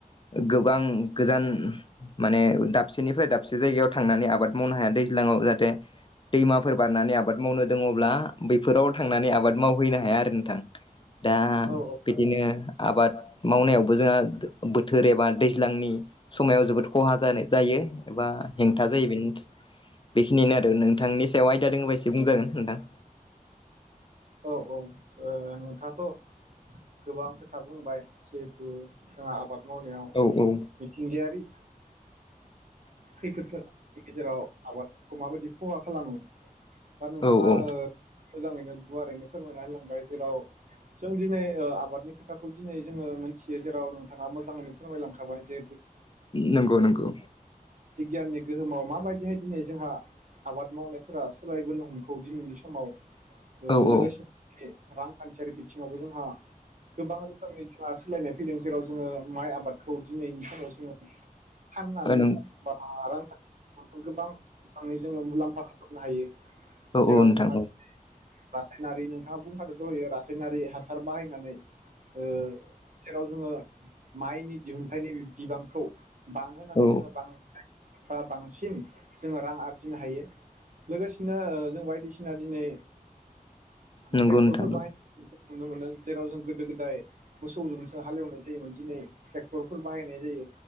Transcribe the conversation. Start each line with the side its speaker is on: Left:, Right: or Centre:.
Left: गोबां गोजान माने दाबसेनिफ्राय दाबसे जायगायाव थांनानै आबाद मावनो हाया दैज्लाङाव जाहाथे दैमाफोर बारनानै आबाद मावनो दङ'ब्ला बैफोराव थांनानै आबाद मावहैनो हाया आरो नोंथां। दा
Right: औ
Left: बिदिनो आबाद मावनायाव बो जोंहा बोथोर एबा दैज्लांनि समायाव जोबोद खहा जानाय जायो एबा हेंथा जायो। बेनो बेखिनिनो आरो। नोंथांनि सायाव आयदा दोङोबा एसे बुंजागोन नोंथां।
Right: औ ओ नोंथाङाथ' गोबां खोथा बुंबाय जिहेथु जोंहा आबाद मावनायाव
Left: औ औ
Right: मिथिंगायारि खैफोदफोरा गेजेराव आबाद खौ माबायदि खहा खालामो। दा नोंथाङा
Left: औ औ
Right: ओ मोजाङैनो गुवारैनो फोरमायना होलांबाय जेराव जों दिनै ओ आबादनि खोथाखौ दिनै जोङो मोन्थियो जेराव नोंथाङा मोजाङैनो फोरमायलांखाबाय जे
Left: नोंगौ नोंगौ।
Right: बिगियाननि गोहोमाव माबायदिहाय दिनै जोंहा आबाद मावनायफोरा सोलायबोनो हमगौ दिनैनि समाव
Left: औ
Right: लोगोसे
Left: औ
Right: <unintelligible> रांखान्थियारि बिथिङावबो जोंहा गोबां रोखोमनि जोंहा सोलायनाय फैदों जेराव जोङो माइ आबाद खौ दिनैनि समाव समाव <unintelligible> फाननानै
Left: ओ नों
Right: <unintelligible> रांखान्थिनि <unintelligible> जोङो मुलाम्फा खालामनो हायो।
Left: औ
Right: जेराव
Left: औ नोंथां।
Right: जोंहा रासायनारि नोंथाङा बुंखादो द' होयो रासायनारि हासार बाहायनानै ओ जेराव जोङो माइनि दिहुनथाइनि बिबांखौ बां होनानै
Left: औ
Right: जोङो बां होन बा बांसिन जोङो रां आरजिनो हायो लोगोसेनो जों बायदिसिना दिनै
Left: नंगौ
Right: ट्रेक्टरफोर
Left: नोंथां
Right: बाहा <unintelligible> <unintelligible> मोनो जेराव जों गोदो गोदाय मोसौजोंसो हालेवनाय जायोमोन दिनै ट्रेक्टरफोर बाहायनाय जायो